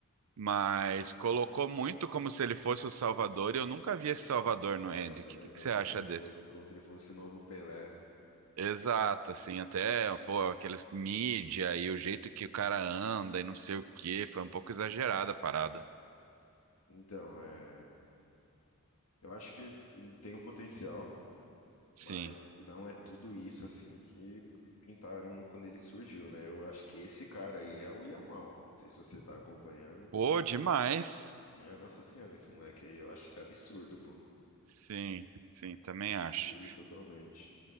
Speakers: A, on the right; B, on the left.
A: mas colocou muito como se ele fosse o Salvador, e eu nunca vi esse Salvador no
B: É,
A: Endrick.
B: eu também
A: O que que
B: não,
A: você
B: como
A: acha
B: se ele
A: desse?
B: fosse, como se ele fosse o novo Pelé.
A: Exato, assim, até,
B: Ah,
A: pô, aqueles mídia e o jeito que o cara anda e não sei o quê, foi um pouco exagerada a parada.
B: Então, é, eu acho que ele tem um potencial,
A: Sim.
B: mas que não é tudo isso assim que pintaram no- quando ele surgiu, né? Eu acho que esse cara aí é o Yamal. Não sei se você tá acompanhando.
A: Pô, demais.
B: Minha Nossa Senhora, esse moleque aí, eu acho ele absurdo, pô.
A: Sim, sim, também
B: Absurdo
A: acho.
B: totalmente.